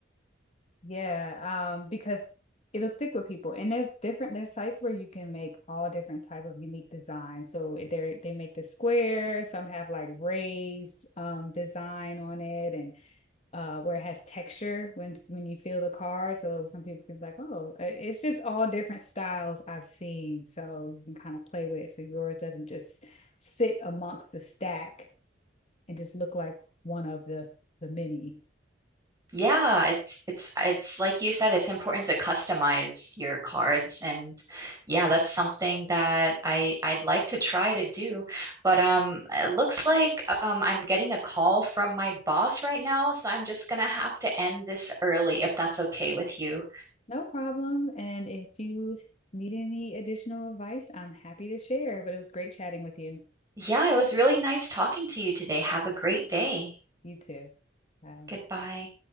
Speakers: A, on the left; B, on the right.
A: Yeah, um, because it'll stick with people. And there's different there's sites where you can make all different type of unique designs. So they they make the square, some have like raised um design on it and uh where it has texture when when you feel the card. So some people can be like, "Oh, uh, it's just all different styles I've seen." So you can kind of play with it so yours doesn't just sit amongst the stack and just look like one of the the many.
B: Yeah, it's it's it's like you said, it's important to customize your cards and yeah, that's something that I I'd like to try to do. But um it looks like um I'm getting a call from my boss right now, so I'm just gonna have to end this early if that's okay with you.
A: No problem. And if you need any additional advice, I'm happy to share. But it was great chatting with you.
B: Yeah, it was really nice talking to you today. Have a great day.
A: You too. Bye.
B: Goodbye.